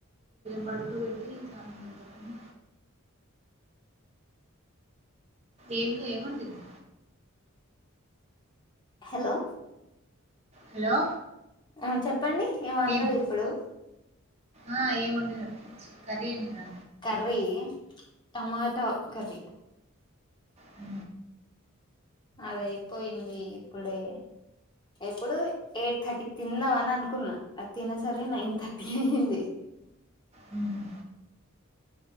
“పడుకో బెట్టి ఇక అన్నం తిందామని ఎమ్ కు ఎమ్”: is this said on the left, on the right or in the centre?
Right